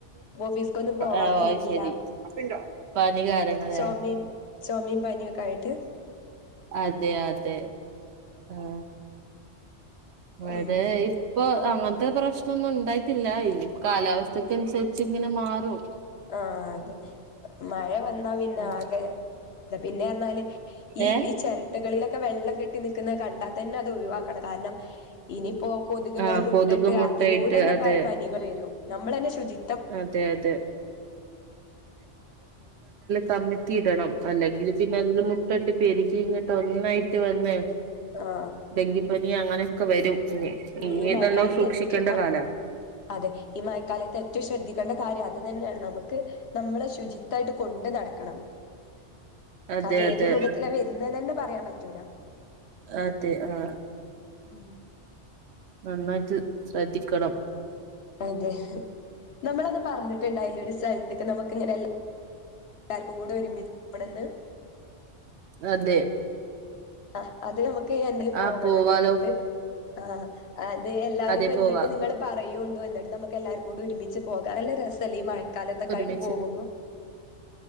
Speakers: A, on the left; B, on the right.
A: ഓഫീസ്ക്കൊന്നും പോവാൻ
B: ആഹ്
A: കയി
B: അത്
A: ഞ്ഞില്ല
B: ശരി പനി കാരണല്ലേ
A: സോമീം ചോമയും പനിയുമൊക്കെ ആയിട്ട്
B: അതെ അതെ ആഹ അവിടെ
A: ഉം
B: ഇപ്പൊ അങ്ങനത്തെ പ്രശ്നംൊന്നും ഉണ്ടായിട്ടില്ല ഇനി കാലാവസ്ഥക്ക അനുസരിച്ച് ഇങ്ങനെ മാറും
A: ആഹ് അതെ മഴ വന്നാ പിന്നെ
B: ഉം
A: ആകെ ഇ പിന്നെ പറഞ്ഞാല് ഈ
B: ഏഹ്
A: ഈ ചിരട്ടകളിലൊക്കെ െ വെള്ളം കെട്ടി നിക്കുന്നത് കണ്ടാൽ തന്നെ അത് ഒഴിവാക്കണം കാരണം ഇനിയിപ്പോൊ കൊതുകുകളും
B: ആഹ്
A: മുട്ടിട്ട്
B: കൊതുക് മുട്ടയിട്ട്
A: അതിനൂടെ തന്നെ
B: അതെ
A: പ പനികൾ വരും നമ്മൾ തന്നെ ശുചി
B: അതെ അതെ കമ്മറ്റി ഇടണം അല്ലെങ്കിൽ പിന്നെ അതില് മുട്ടോട്ട് പെരുകി ഇങ്ങോട്ട് ഒന്നായിട്ട് വന്നേ
A: ആഹ്
B: ഡെങ്കിപ്പനി അങ്ങനെയൊക്കെ വരും ഇനി ഇനി
A: നീം ആയിക്കാലത്തെച്ച
B: നല്ലോ സൂക്ഷിക്കേണ്ട കാലാ
A: അതെ ഈ മഴക്കാലയത്തെ ഏറ്റവും ശ്രദ്ധിക്കേണ്ട കാര്യം അത് തന്നെയാണ് നമുക്ക് നമ്മളെ ശുചിത്ായിട്ട് കൊണ്ട് നടക്കണം
B: അതെ
A: കാരണം
B: അതെ
A: ഏത് രൂപത്തില അവ വരുന്നന്ന് തന്നെ പറഞ്ഞ പറയാൻ പറ്റൂല
B: അതെ ആഹ
A: മം
B: നന്നായിട്ട് ശ്രദ്ധിക്കണം
A: അതെ നമ്മളൊന്ന് പറഞ്ഞിട്ടുണ്ടായിില്ല ഒരു സ്ഥലത്തേക്ക് നമുക്ക് ഇങ്ങനെല്ല എല്ലാവർക്കും കൂടെ ഒരുമിച്ചണെന്ന്
B: അതെ
A: ആ അത് നമുക്ക് എന്തങ്കിലും പോകണം
B: ആഹ് പോവാലോ
A: കേട്ടോ ഇടത്ത് ആ അത് എല്ലാവാരും
B: അതെ
A: വന്നിട്ട്
B: പോവാ
A: നിങ്ങള് പറയുകോണ്ടണ്ട് വന്നിട്ട് നമുക്ക് എല്ലാവർും കൂടി ഒരുമിച്ച് പോകാം നല്ല രസംല്ലഈ മഴ കാലത്തൊക്കായിട്ട്
B: ഒരുമിച്ച്
A: പോകുന്നു